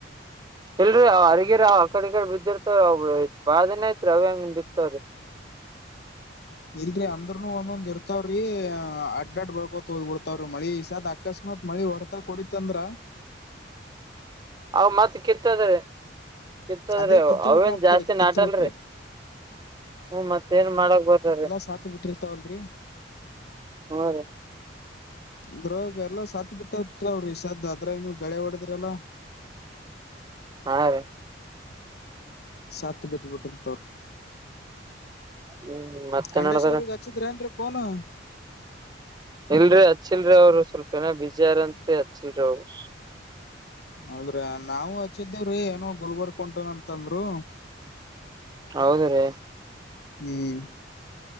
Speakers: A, on the right (about 20°); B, on the left (about 55°).
A: ಇಲ್ರರಿ ಅವ್ ಅರಗಿರ ಅವ ಆ ಕಡೆ ಕಡೆ ಬಿದ್ದಿರ್ತವ ಅವ ಬಾದನ ಐತ್ರಿ ಅವ ಹಂಗ ಬಿತ್ವ್ರಿ ಹ
B: ಇಲ್ರಿ ಅಂದ್ರನು ಒಂದೊಂದ ಇರ್ತಾವ್ರಿ ಅಡ್ ಅಡ್ ಬಳ್ಕೋತ್ ಹೋಗದ್ ಬಿಡ್ತಾವ್ರಿ ಮಳಿ ಅಕಸ್ಮತ್ ಮತ್ ಮಳಿ ಹೊಡ್ತಾ ಕುಡಿತ ಅಂದ್ರ
A: ಅವ ಮತ್ತೆ ಕೆತ್ತದ ಕಿತ್ತದ್ರಿ
B: ಅದೇ ಕಿತ್ಬಕ್
A: ಅವೇನ್
B: ಆತರಿ
A: ಜಾಸ್ತಿ
B: ಕಿತ್ಬಕ್ರಿ
A: ನಾಟಲ್ರರಿ ಹ್ಮ ಮತ್ತ ಏನ್ ಮಾಡಕ್ ಬದ್ರೀ
B: ಸಾತಿ ಬಿಟ್ಟಿರ್ತಾವಲ್ರರಿ
A: ಹ್ಮ್ ರೀ
B: ಅದ್ರಾಗ ಎಲ್ಲ ಸಾತ್ ಬಿಟ್ಟರ್ತ ಅವರು ಈ ಸಾದ ಅದ್ರಾಗ ನೀವ್ ಗಳೆ ಹೊಡದ್ರಲ್ಲ
A: ಹಾ ರೀ
B: ಸತ ಕಲಮೀಟ ತರೀ
A: ಹ್ಮ್ ಮತ್ತೆ
B: ಖಂಡೇಶ್
A: ನಡದಾರ
B: ಅವ್ರಗ್ ಹಚ್ಚಿದ್ರೆ ಅನ್ ಪೋನು
A: ಇಲ್ರರಿ ಹಚ್ಚಿಲ್ರಿಅವ್ರಸ್ವಲ್ಪ ಏನ ಬುಜಿ ಯಾರತ್ರಿ ಹಚ್ಚಿಲ್ರಿ ಅವ್ರ
B: ಹೌದ್ರ ನಾವು ಹಚ್ಚಿದ್ದೇವ್ರಿ ಏನೋ ಗುಲ್ಬರ್ಗ್ ಕುಂಟನಂತಂದರು
A: ಹೌದ ರೀ
B: ಹ್ಮ್